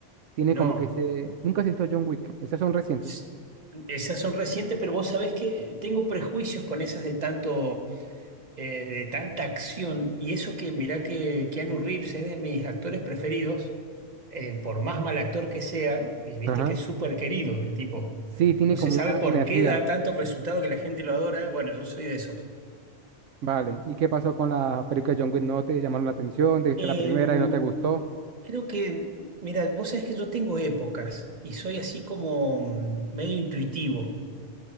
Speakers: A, on the right (about 80°); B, on the right (about 35°).
A: Tiene
B: No.
A: como que se... Nunca se visto John Wick, esas son recientes.
B: S- Esas son recientes, pero vos sabés que tengo prejuicios con esas de tanto. eh, de tanta acción, y eso que mirá que Keanu Reeves es de mis actores preferidos, eh, por más mal actor que sea, y viste
A: Ajá.
B: que es súper querido el tipo.
A: Sí, tiene
B: No
A: como
B: se sabe
A: una
B: por
A: energía.
B: qué da tanto resultado que la gente lo adora. Bueno, yo soy de esos.
A: Vale. ¿Y qué pasó con la película de John Wick? ¿No te llamaron la atención? ¿Te viste
B: Em,
A: la primera y no te gustó?
B: creo que, mira, vos sabés que yo tengo épocas y soy así como mm, medio intuitivo.